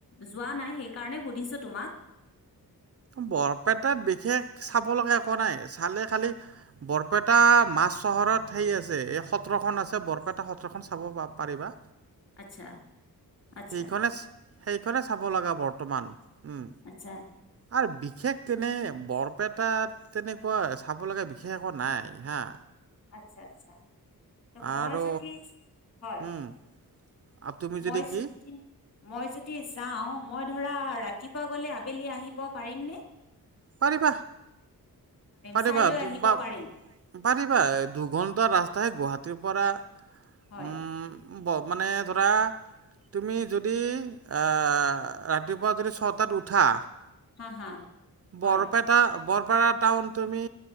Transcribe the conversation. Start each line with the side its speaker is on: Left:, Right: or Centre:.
Left: যোৱা নাই। সেইকাৰণে সুধিছোঁ তোমাক।
Right: বৰপেটাত বিশেষ চাব লগা একোৱা নাই, চালে খালি বৰপেটা মা চহৰত সেই আছে, এই সত্ৰখন আছে বৰপেটা সত্ৰখন চাব পা-পাৰিবা।
Left: আচ্ছা। আচ্ছা
Right: সেইখনে, সেইখনে চাব লগা বৰ্তমান উম।
Left: আচ্ছা
Right: আৰু বিশেষ তেনে বৰপেটাত তেনেকুৱা চাব লগা বিশেষ একো নাই হা
Left: আচ্ছা, আচ্ছা ত' মই
Right: আৰু
Left: যদি হয়
Right: উম আৰু তুমি
Left: মই
Right: কি
Left: যদি, মই যদি যাওঁ মই ধৰা ৰাতিপুৱা গ'লে আবেলি আহিব পাৰিম নে?
Right: পাৰিবা, পাৰিবা,
Left: চাই লৈ
Right: <unintelligible>
Left: আহিব পাৰিম
Right: পাৰিবা দুঘণ্টাৰ ৰাস্তাহে গুৱাহাটীৰ পৰা
Left: হয়।
Right: উম ব, মানে ধৰা তুমি যদি আ, ৰাতিপুৱা যদি ছটাত উঠা
Left: হা, হা হয়
Right: বৰপেটা বৰপেটা টাউন তুমি,